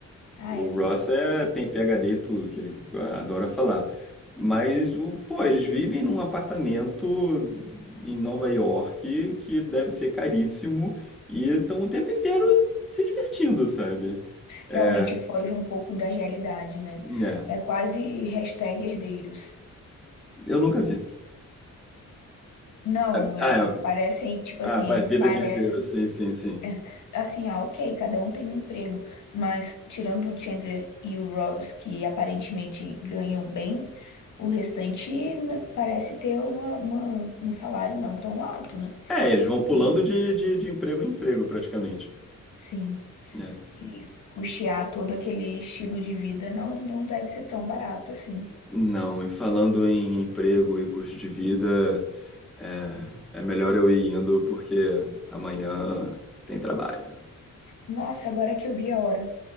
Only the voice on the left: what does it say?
Ah,
eu
gosto
mesmo.
Realmente
foge um pouco da realidade, né?
É quase hashtag herdeiros.
Não,
é,
eles parecem, tipo
assim,
eles
parecem.
é, assim, ah, ok, cada um tem um emprego, mas tirando o Chandler e o Ross, que aparentemente ganham bem, o restante n- parece ter uma, uma- um salário não tão alto, né?
E
sim,
e custear todo aquele estilo de vida não, não deve ser tão barato assim.
Nossa, agora que eu vi a hora.